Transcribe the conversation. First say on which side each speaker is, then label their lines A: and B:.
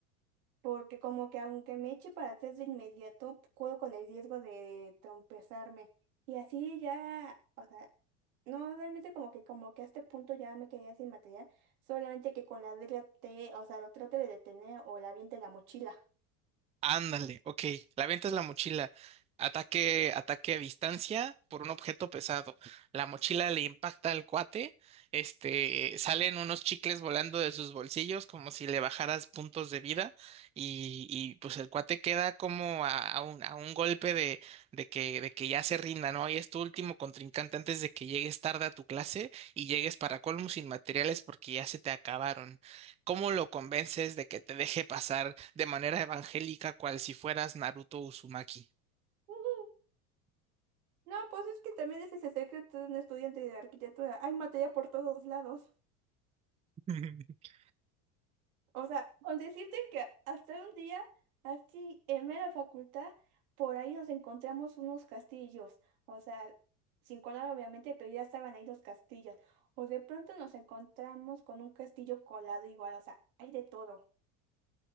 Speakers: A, on the right (about 80°); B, on the right (about 15°).
A: porque como que aunque me eche para atrás de inmediato, puedo con el riesgo de trompezarme. Y así ya, o sea, no realmente como que como que a este punto ya me quedé sin material, solamente que con la regla te, o sea, lo trate de detener o la aviente la mochila.
B: Ándale, ok. La venta es la mochila. Ataque, ataque a distancia por un objeto pesado. La mochila le impacta al cuate. Este, salen unos chicles volando de sus bolsillos como si le bajaras puntos de vida. Y, y, pues el cuate queda como a, a un, a un golpe de, de que, de que ya se rinda, ¿no? Y es tu último contrincante antes de que llegues tarde a tu clase y llegues para colmo sin materiales porque ya se te acabaron. ¿Cómo lo convences de que te deje pasar de manera evangélica cual si fueras Naruto Uzumaki?
A: Ujú. No, pues es que también ese es el secreto de un estudiante de arquitectura. Hay materia por todos lados.
B: <laughs>
A: O sea, con decirte que hasta un día, así en mera facultad, por ahí nos encontramos unos castillos. O sea, sin colar obviamente, pero ya estaban ahí los castillos. O de pronto nos encontramos con un castillo colado igual, o sea, hay de todo.